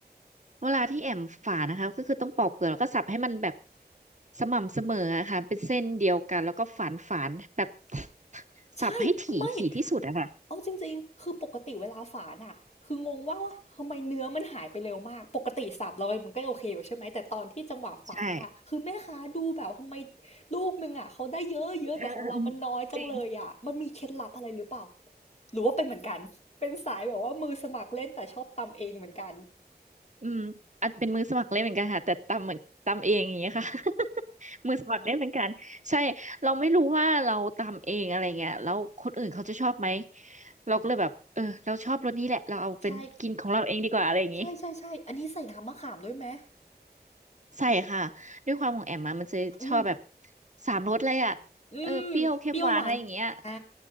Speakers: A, on the right (about 45°); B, on the left (about 40°).
A: เวลาที่แอมฝานะคะก็คือต้องปอกเปลือกแล้วก็สับให้มันแบบสม่ำเสมออะค่ะเป็นเส้นเดียวกันแล้วก็ฝานฝานแบบ <laughs>
B: ใช่ไม่
A: สับให้ถี่ถี่ที่สุดอะค่ะ
B: เอาจริงๆคือปกติเวลาฝานอะคืองงว่าว่าทำไมเนื้อมันหายไปเร็วมากปกติสับเรามันก็โอเคอยู่ใช่ไหมแต่ตอนที่จังหวะฝานอะคือแม่ค้าดูแบบทำไม
A: ใช่
B: ลูกนึงอะเขาได้เยอะเยอะแต่ของเรามันน้อยจังเลยอะมันมีเคล็ดลับอะไรหรือเปล่า
A: เออเออเออจริง
B: หรือว่าเป็นเหมือนกันเป็นสายแบบว่ามือสมัครเล่นแต่ชอบตำเองเหมือนกัน
A: อืมอัจเป็นมือสมัครเล่นเหมือนกันค่ะแต่ตำเหมือนตำเองอย่างเงี้ยค่ะ <laughs> มือสมัครเล่นเหมือนกันใช่เราไม่รู้ว่าเราตำเองอะไรเงี้ยแล้วคนอื่นเขาจะชอบไหมเราก็เลยแบบเออเราชอบรสนี้แหละเราเอาเป็นกินของเราเองดีกว่าอะไรอย่างงี้
B: ใช่ใช่ใช่ใช่อันนี้ใส่น้ำมะขามด้วยไหม
A: ใช่ค่ะด้วยความของแอมมามันจะชอบแบบ
B: อืม
A: สามรสเลยอ่ะเออเปรี้ยวเค็มหวานอะไรอย่างเงี้ย
B: อืมเปรี้ยวหวานอ่า